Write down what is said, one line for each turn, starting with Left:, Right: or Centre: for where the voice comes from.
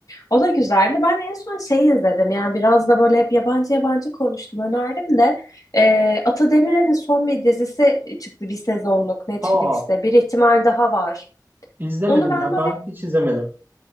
Left: O da güzeldi. Ben en son şeyi izledim. Yani biraz da böyle hep yabancı yabancı konuştum. Önerdim de. E, Ata Demirer'in son bir dizisi çıktı bir sezonluk Netflix'te.
Right: Aa
Left: Bir ihtimal daha var.
Right: İzlemedim
Left: Onu ben
Right: ya.
Left: böyle
Right: Ben hiç izlemedim.